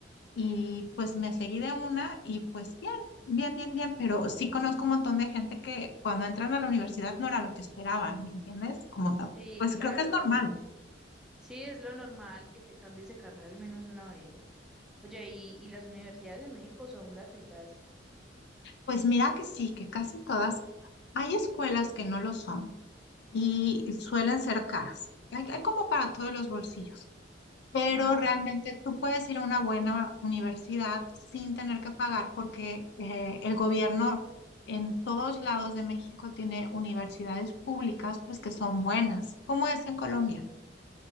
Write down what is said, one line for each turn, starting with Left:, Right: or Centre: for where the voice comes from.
Left: y pues me seguí de una y pues bien, bien, bien, bien, pero sí conozco un montón de gente que cuando entran a la universidad no era lo que esperaba, ¿me entiendes? Como, ta-
Centre: sí,
Left: pues
Centre: claro.
Left: creo que es normal.
Centre: Sí, es lo normal que te cambies de carrera al menos una vez. Oye, ¿y, y las universidades de México son gratuitas?
Left: Pues mira que sí, que casi todas, hay escuelas que no lo son y suelen ser caras. Hay, hay como para todos los bolsillos. pero
Centre: Ah,
Left: realmente tú puedes ir a una buena universidad sin tener que pagar porque eh, el gobierno en todos lados de México tiene universidades públicas pues que son buenas, como es en Colombia.